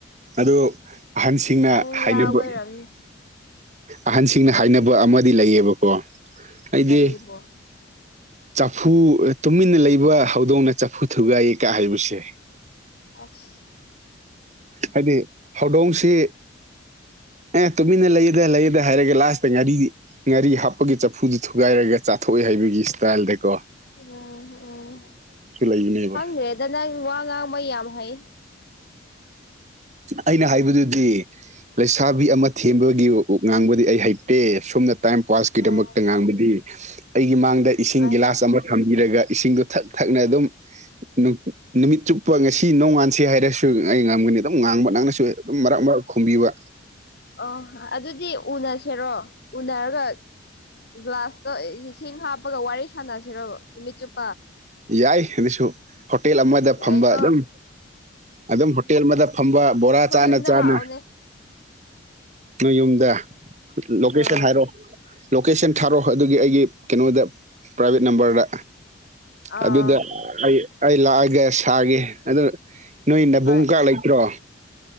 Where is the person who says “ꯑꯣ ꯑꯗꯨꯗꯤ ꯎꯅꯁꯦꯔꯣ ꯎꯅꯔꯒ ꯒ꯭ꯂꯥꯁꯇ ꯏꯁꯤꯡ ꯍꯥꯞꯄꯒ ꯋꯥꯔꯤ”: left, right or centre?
Left